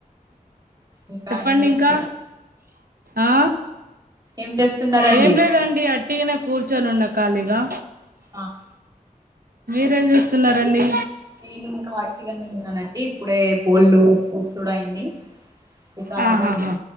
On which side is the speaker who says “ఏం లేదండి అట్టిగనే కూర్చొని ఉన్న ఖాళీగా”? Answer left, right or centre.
Right